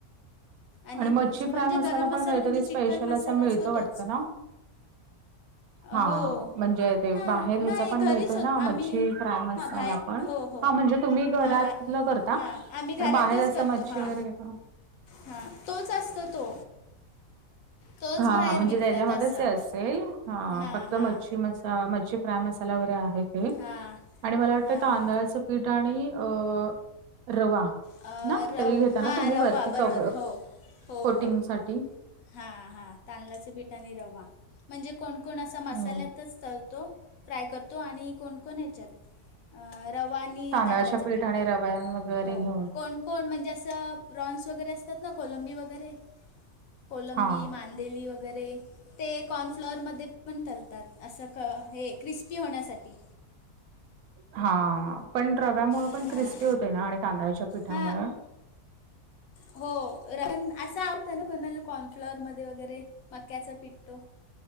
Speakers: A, on the left; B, on the right.
A: आणि
B: मच्छी
A: म्हणजे
B: फ्राय
A: गरम
B: पण
A: मसाला
B: काहीतरी
A: म्हणजे चिकन
B: स्पेशल
A: मसाला
B: असा मिळतो
A: असतो
B: वाटतं
A: तोच
B: ना हा
A: हो
B: म्हणजे ते
A: नाही
B: बाहेर ह्याचा
A: नाही
B: पण
A: घरीच
B: मिळतो
A: होत
B: ना मच्छी
A: आम्ही
B: फ्राय मसाला
A: हा बाहेर.
B: पण
A: हो हो
B: हा म्हणजे तुम्ही घरातलं
A: हा
B: करता
A: हा आम्ही घरातच
B: पण बाहेर असं
A: करतो
B: मच्छी
A: हा.
B: वगैरे घेता
A: हा तोच असत तो तोच
B: हा
A: बाहेर
B: हा म्हणजे
A: विकतात
B: त्याच्यामध्येच
A: असं
B: असेल हा
A: हां
B: फक्त
A: हां
B: मच्छी म मच्छी फ्राय मसाला वगैरे आहे ते
A: हां
B: आणि मला वाटतं
A: हां
B: तर आंदळाचं पीठ आणि अ रवा
A: अं,
B: ना
A: रव
B: ते घेता
A: हां
B: ना तुम्ही
A: रवा
B: वरती
A: बरोबर
B: क
A: हो हो
B: कोटिंगसाठी
A: हो हां हां तांदळाचे पिठा आणि रवा म्हणजे कोणकोण असा मसाल्यातच
B: हम्म
A: तरतो फ्राय करतो आणि कोणकोण ह्याच्यात रवा आणि
B: तांदळाच्या
A: तांदळाचं पीठ
B: आणि रव्या वगैरे
A: हो
B: घेऊन
A: कोण? कोण म्हणजे असं प्रॉन्स वगैरे असतात ना कोलंबी वगैरे कोलंबी
B: हा
A: मांदेली वगैरे ते कॉर्नफ्लॉअरमध्ये पण तलतात. असं क हे क्रिस्पी होण्यासाठी
B: हा पण रव्यामुळे
A: हां
B: पण क्रिस्पी हो. ना आणि कांदळा्याच्या पिठामुळे
A: हां हो रन असं आवडतं ना कोणाला कॉर्नफ्लॉर मध्ये वगैरे मक्याचा पिठतो.